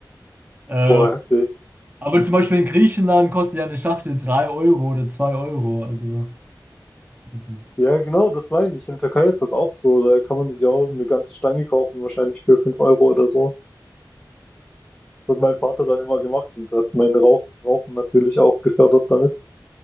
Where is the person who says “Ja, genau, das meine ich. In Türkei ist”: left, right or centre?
Left